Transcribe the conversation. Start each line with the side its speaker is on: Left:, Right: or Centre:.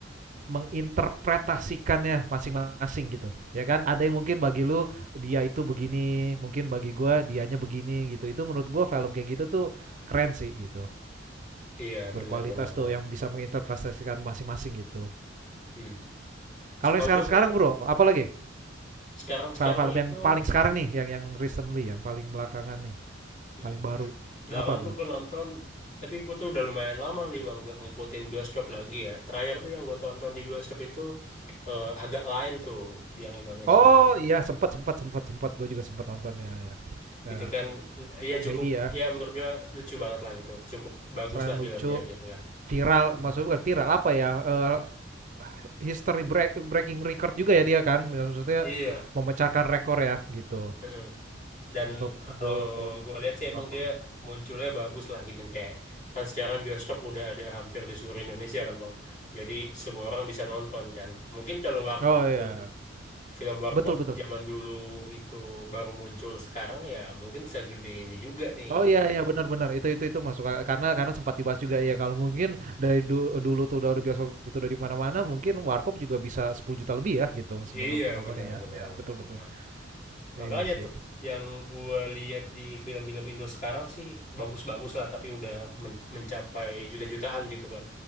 Right: menginterpretasikannya masing-masing gitu. Ya kan? Ada yang mungkin bagi lu dia itu begini, mungkin bagi gua dianya begini gitu. Itu menurut gua film kayak gitu tuh keren sih gitu.
Left: Iya, benar
Right: berkualitas
Left: benar
Right: tuh
Left: benar.
Right: yang bisa menginterpretasikan masing-masing gitu.
Left: Hmm.
Right: Kalau
Left: Setahu
Right: yang sekarang-sekarang
Left: gue tuh
Right: bro, apa lagi?
Left: sekarang-sekarang
Right: Film-film yang
Left: itu
Right: paling sekarang nih, yang yang recently, yang paling belakangan nih,
Left: hmm.
Right: paling baru.
Left: Belakangan
Right: Apa bro?
Left: tuh gue nonton, tapi gue tuh udah lumayan lama nih bang nggak ngikutin bioskop lagi ya. Terakhir tuh yang gue tonton di bioskop itu eh, agak lain tuh yang Indonesia.
Right: Oh iya, sempat sempat sempat sempat gue juga sempat nonton ya ya. Ya,
Left: Itu kan eh, ya
Right: komedi
Left: cukup
Right: ya,
Left: ya menurut gue lucu banget lah gitu. Cukup bagus
Right: selain
Left: lah
Right: lucu,
Left: filmnya gitu kan.
Right: viral,
Left: Hmm.
Right: maksudnya bukan viral apa ya? eh, history break- breaking record juga ya dia kan, maksudnya
Left: Iya.
Right: memecahkan rekor ya gitu
Left: heeh. Dan
Right: untuk
Left: kalau
Right: untuk
Left: gue lihat sih
Right: penonton.
Left: emang dia munculnya bagus lah gitu kayak kan sekarang bioskop udah ada hampir di seluruh Indonesia kan bang. Jadi semua orang bisa nonton kan. Mungkin kalau warkop
Right: Oh iya,
Left: pun film warkop
Right: betul betul.
Left: zaman dulu itu baru muncul sekarang ya mungkin segede ini juga nih
Right: Oh
Left: gitu
Right: iya
Left: kan.
Right: iya benar-benar itu itu itu masuk akal. karena karena sempat dibahas juga ya kalau mungkin dari du- dulu tuh udah udah bioskop itu udah di mana-mana mungkin warkop juga bisa 10 juta lebih ya gitu seba-
Left: Iya
Right: penontonnya
Left: benar
Right: ya.
Left: benar
Right: Iya
Left: benar
Right: betul betul.
Left: benar.
Right: Iya
Left: Makanya
Right: sih.
Left: tuh yang gua lihat di film-film Indo sekarang sih bagus-bagus lah tapi udah men- mencapai juta-jutaan gitu kan.